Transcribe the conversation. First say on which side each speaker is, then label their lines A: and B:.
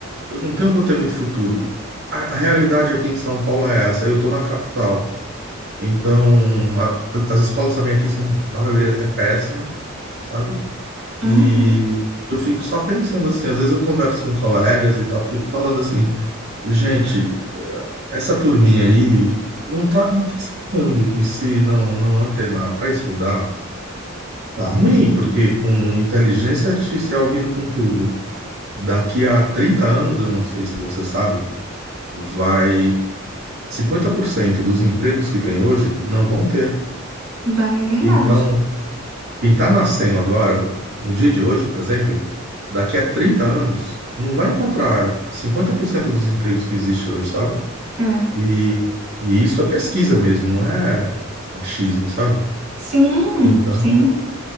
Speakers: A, on the right; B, on the right.
A: Eu não tenho, vou ter muito futuro. A, a realidade aqui em São Paulo é essa. Eu estou na capital. Então, a- as escolas também aqui são, a maioria é péssima, sabe? E
B: Uhum,
A: eu fico só pensando assim, às vezes eu converso com colegas e tal, fico falando assim, gente, eh, essa turminha aí não tá, não tá sacando que se não, não antenar para estudar, tá ruim, porque com inteligência artificial vindo com tudo, daqui a 30 anos, eu não sei se você sabe, vai 50% dos empregos que tem hoje não vão ter.
B: vai, é verdade.
A: Então, Quem está nascendo agora, no dia de hoje, por exemplo, daqui a 30 anos, não vai encontrar 50% dos empregos que existem hoje, sabe?
B: É.
A: E, e isso é pesquisa mesmo, não é achismo, sabe?
B: Sim,
A: Então,
B: sim.